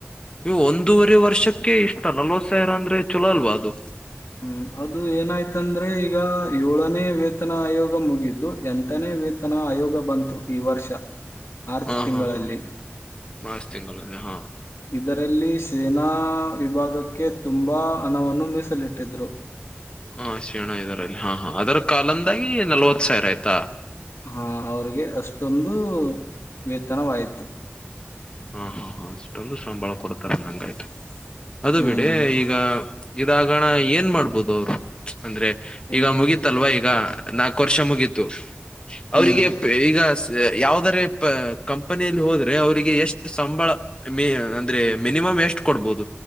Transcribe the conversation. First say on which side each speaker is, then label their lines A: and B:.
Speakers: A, on the left; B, on the left.
A: ವು ಒಂದೂವರೆ ವರ್ಷಕ್ಕೆ ಇಷ್ಟ ನಲವತ್ತು ಸಾವಿರ ಅಂದ್ರೆ ಚಲೋ ಅಲ್ವಾ ಅದು.
B: ಹ್ಮ್ ಅದು ಏನೈತಂದ್ರೆ ಈ. ಈಗ ಏಳನೇ ವೇತನ ಆಯೋಗ ಮುಗಿದು ಎಂಟನೇ ವೇತನ ಆಯೋಗ ಬಂತು ಈ ವರ್ಷ. ಮಾರ್ಚ್
A: ಹಾ
B: ತಿಂಗಳಲ್ಲಿ
A: ಹಾ ಹಾ ಮಾರ್ಚ್ ತಿಂಗಳಲ್ಲಿ ಹಾ.
B: ಇದರಲ್ಲಿ ಸೇನಾ ವಿಭಾಗಕ್ಕ. ಕೆ ತುಂಬಾ ಹಣವನ್ನು ಮೀಸಲಿಟ್ಟಿದ್ರು.
A: ಹ ಶೇಣ ಇದರಲ್ಲಿ ಹಾ ಹಾ ಅದರ ಕಾಲಂದಾಗಿ ನಲ್ವತ್ ಸಾವಿರೈತಾ.
B: ಹಾ ಅವ್ರಿಗೆ ಅಷ್ಟೊಂದು. ವೇತನವಾಯಿತು.
A: ಹಾ ಹಾ ಹಾ ಅಷ್ಟೊಂದು ಸಂಬಳ ಕೊಡ್ತಾರ ಅಂದಂಗಾಯ್ತು. ಅದು
B: ಹ್ಮ್
A: ಬಿಡೆ ಈಗ. ಇದಾಗಣ ಏನ್ ಮಾಡ್ಬೋದು ಅವರು. ಅಂದ್ರೆ
B: ಎಲ್ಲಿ
A: ಈಗ ಮುಗಿತಲ್ವಾ ಈಗ ನಾಕ್ ವರ್ಷ ಮುಗೀತು ಅವರಿಗೆ
B: ಹ್ಮ್
A: ಈಗ ಸ ಯಾವದಾರೆ ಪ ಕಂಪನಿಯಲ್ಲಿ ಹೋದ. ಅವರಿಗೆ ಎಷ್ಟ. ಸಂಬಳ ಮೆ ಅಂದ್ರೆ ಮಿನಿಮಮ್ ಎಷ್ಟು ಕೊಡ್ಬೋದು